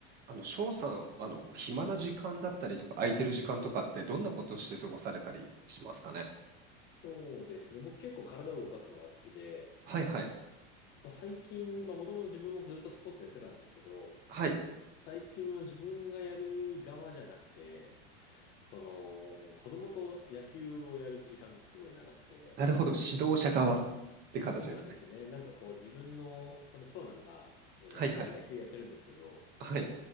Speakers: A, on the right (about 30°); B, on the left (about 30°).
A: あの、翔さん、あの、暇な時間だったりとか、空いてる時間とかって、どんなことして過ごされたりしますかね。
B: そうですね。僕結構体を動かすのが好きで、
A: はいはい。
B: まあ、最近、まあもともと自分もずっとスポーツやってたんですけど、
A: はい。
B: 最近は自分がやる側じゃなくて、その子供と野球をやる時間がすごい長くて、
A: なるほど。指導者側って形ですね。
B: そうなんですよね。なんかこう自分のその長男が、えっと、
A: はいはい。
B: 野球やってるんですけど、
A: はい。